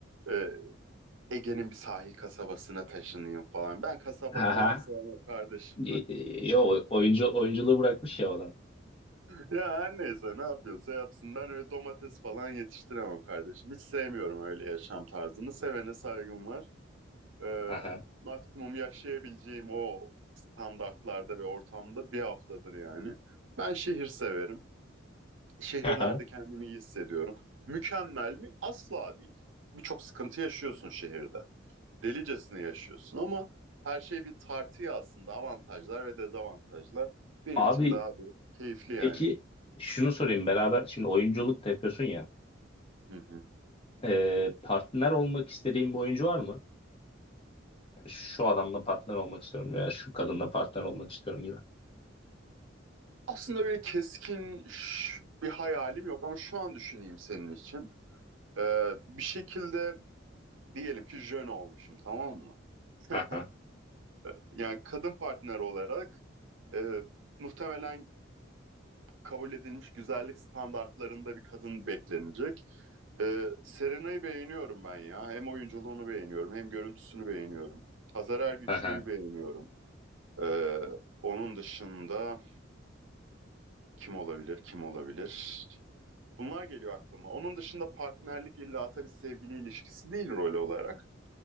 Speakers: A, on the right; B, on the left.
A: E, Ege'nin bir sahil kasabasına taşınayım falan. Ben kasaba
B: Aha.
A: falan sevmem kardeşim.
B: Y- y- Yo oyuncu oyunculuğu bırakmış ya o adam.
A: Ya her neyse ne yapıyorsa yapsın. Ben öyle domates falan yetiştiremem kardeşim. Hiç sevmiyorum öyle yaşam tarzını. Sevene saygım var. Ee,
B: Aha.
A: maksimum yaşayabileceğim o standartlarda ve ortamda bir haftadır yani. Ben şehir severim. Şehirlerde
B: Aha.
A: kendimi iyi hissediyorum. Mükemmel mi? Asla değil. Birçok sıkıntı yaşıyorsun şehirde. Delicesine yaşıyorsun ama her şey bir tartıya aslında. Avantajlar ve dezavantajlar. Benim
B: Abi
A: için daha bir keyifli yani.
B: Peki şunu sorayım beraber şimdi oyunculuk da yapıyorsun ya
A: Hı hı.
B: Ee, partner olmak istediğin bir oyuncu var mı? Şu adamla partner olmak istiyorum veya şu kadınla partner olmak istiyorum gibi.
A: Aslında böyle keskin ş- bir hayalim yok ama şu an düşüneyim senin için. Ee, bir şekilde diyelim ki jön olmuşum tamam mı? <laughs>
B: Aha,
A: Yani kadın partner olarak e, muhtemelen kabul edilmiş güzellik standartlarında bir kadın beklenecek. E, Serena'yı beğeniyorum ben ya. Hem oyunculuğunu beğeniyorum hem görüntüsünü beğeniyorum. Hazar Ergüçlü'yü
B: aha.
A: beğeniyorum. E, onun dışında kim olabilir, kim olabilir? Bunlar geliyor aklıma. Onun dışında partnerlik illa tabii sevgili ilişkisi değil rol olarak.